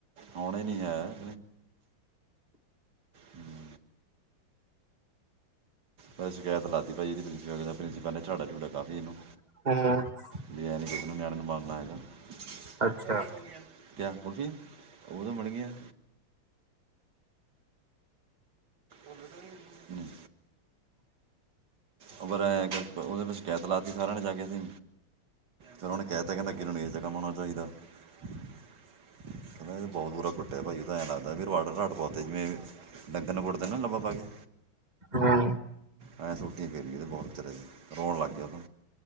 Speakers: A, on the right; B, on the right.
A: ਆੳਣਾ ਹੀ, ਨੀ ਹੈ। ਹਮ ਮੈਂ, ਸ਼ਿਕਾਇਤ ਲਾਤੀ ਭਾਈ, ਇਹਦੀ ਪ੍ਰਪਲ ਪ੍ਰਿੰਸੀਪਲ ਨੇ ਝਾੜਾ ਕੀਤਾ, ਕਾਫੀ ਇਹਨੂੰ।
B: ਐਸ।
A: ਵੀ ਐ ਨਹੀਂ ਕਿਸੇ ਨਿਆਣੇ ਨੂੰ ਮਾਰਨਾ ਹੈਗਾ
B: ਅੱਛਾ
A: ਕਦੋ ਮਿਲੁ ਗੀਆਂ? ਕਿਆ ਕੁਲਫੀ, ਉਹ ਤਾਂ ਮਿਲਗਿਆਂ। ਹਮਮ ਉਹਦੇ ਸ਼ਿਕਾਇਤ ਲਾਤੀ ਸਾਰਿਆਂ ਨੇ ਜਾ ਕੇ ਅਸੀਂ, ਫਿਰ ਉਹ ਨੇ ਕਹਿ ਤਾ, ਕਹਿੰਦਾ ਅੱਗੇ ਤੋਂ ਨੀ ਐਦਾ ਕੰਮ ਹੋਣਾ ਚਾਹੀਦਾ, ਕਹਿੰਦਾ ਇਹ ਬਹੁਤ ਬੁਰਾ ਕੁੱਟਿਆ ਭਾਈ ਤਾਂ, ਐਂ ਲੱਗਦਾ ਰਾਵ, ਰਾਵ, ਜਿਵੇਂ ਡੰਗਰ ਨੂੰ ਕੁੱਟਦੇ ਨਾ ਲੱਬਾ ਪਾ ਕੇ।
B: ਹਾ।
A: ਹੈਸ ਔ। ਠੀਕ ਹੇ। ਠੀਕ, ਬਹੁਤ ਵਿਚਾਰੇ ਰੋਣ ਲੱਗ ਗਿਆ।